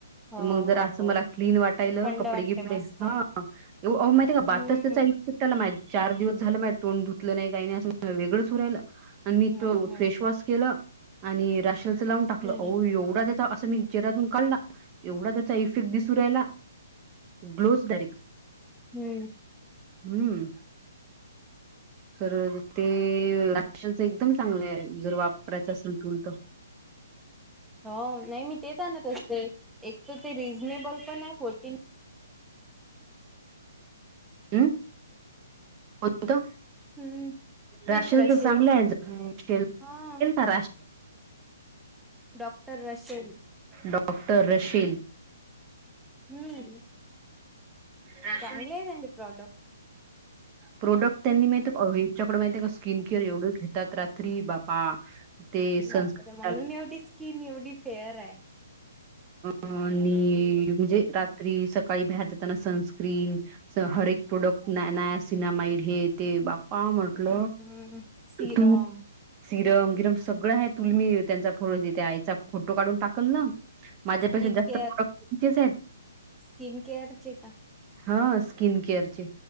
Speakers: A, in the centre; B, on the right (about 25°).
A: हो
B: मग जर
A: हो
B: असं
A: हो
B: मला क्लीन वाटायल
A: थंड
B: कपडे
A: वाटते
B: गिपडे
A: मस्त
B: हा अ माहितीय का
A: हम्म
B: बाथच त्याचाय. त्याला माही चार दिवस झाला माय तोड धुतल नाही काही नाही असं वेगळंच हू राहील. आणि मी
A: हम्म
B: तो
A: हम्म
B: फेसवॉश केलं आणि राशलच लावून टाकलं
A: हम्म
B: अओ एवढा त्या अस मी चेहऱ्यातून काढला, एवढा त्याचा इफे क्ट दिसु रायला ग्लोज डायरेक
A: हम्म.
B: हम्म. तर ते राशनच एकदम चांगलं हाय, जर वापरायचं असेल तुल तर
A: हो नाही मी तेच आणत असते. एक तर ते रिजनेबल पण हाय फोर्ट --
B: हम् हो का?
A: हम्म तेच
B: राशनचं
A: रशील
B: चांगलं हाय
A: हा
B: <unintelligible>
A: डॉक्टर रशियल.
B: Doctor Rachel.
A: हम्म.
B: राशेल
A: चांगले आहे त्यांचे प्रॉडक्ट?
B: प्रोडक्ट त्यांनी माह यांच्याकडे माहि का स्किन केअर एवढे घेतात रात्री बापा. ते
A: बापरे!
B: सनस्क्रीन
A: म्हणून एवढी स्किन एवढी फेअर हाय. <unintelligible>
B: आणि म्हणजे रात्री सकाळी बाहेर जाताना सनस्क्रीम हर एक प्रॉडक्ट नाय नाय -- हे ते बा्पा म्हटल
A: हम्म, हम्म. सीरम,
B: तू सिरम गिरम -- सगळं हाय तुल मी त्यांचा फज आईचा फोटो काढून टाकल ना. माझ्यापेक्षा
A: स्किन
B: जास्त
A: केअर,
B: प्रोडट त्याचेच आहेत.
A: स्किन केअरचे का?
B: हा स्किन केअरचे.